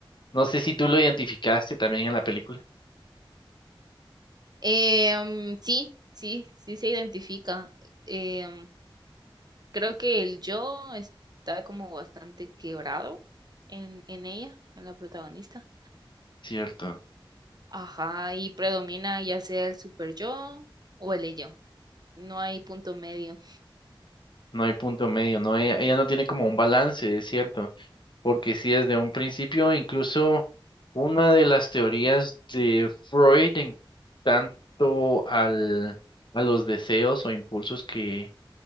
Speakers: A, on the left; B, on the right.
A: No sé si tú lo identificaste también en la película,
B: Em, sí, sí, sí se identifica. Em, Creo que el yo está como bastante quebrado en, en ella, en la protagonista.
A: ¿cierto?
B: Ajá, y predomina ya sea el super yo o el ello. No hay punto medio.
A: No hay punto medio, no, ella, ella no tiene como un balance, es cierto, porque si desde un principio, incluso una de las teorías de Freud en tanto al, a los deseos o impulsos que,